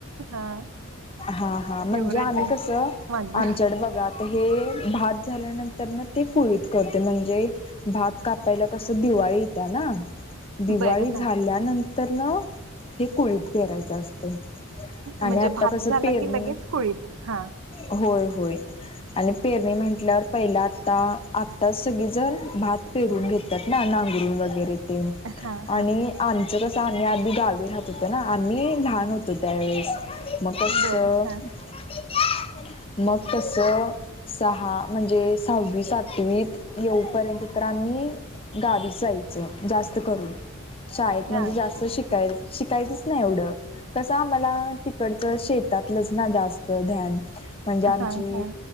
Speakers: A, on the right (about 70°); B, on the left (about 25°).
A: हां.
B: हा हा म्हणजे
A: फेवरेट
B: आम्ही
A: आहे
B: कस
A: माझं.
B: आमच्याकडे बघा आता हे भात झाल्यानंतर ना ते कुळीत करते म्हणजे भात कापायला कसं दिवाळी येत ना. दिवाळी
A: बरं
B: झाल्यानंतर
A: हां.
B: न हे कोळीत पेरायचं असते. आणि
A: म्हणजे
B: आता
A: भात
B: कसं
A: झाला
B: पेरणी
A: की लगेच कोळीत हा.
B: होय होय आणि पेरणी म्हंटल्यावर पहिला आत्ता आत्ताच सगळे जण भात पेरून घेतात ना नांगरूण वगैरे
A: हां,
B: आणि
A: हां.
B: आमचं कस आम्ही आधी गावी राहत होतो ना. आम्ही लहान होतो त्यावेेळेस. मग
A: बरं. हां.
B: <inaudible> मग तस सहा म्हणजे सहावी सातवीत येऊपर्यंत तर आम्ही गावी जायचं जास्त करून शाळेत
A: हां.
B: म्हणजे जास्त शिकाय शिकायचंच नाही एवढं. कस आम्हाला तिकडचं शेतातलंच ना जास्त धान्य न म्हणजे आमची
A: हां, हां.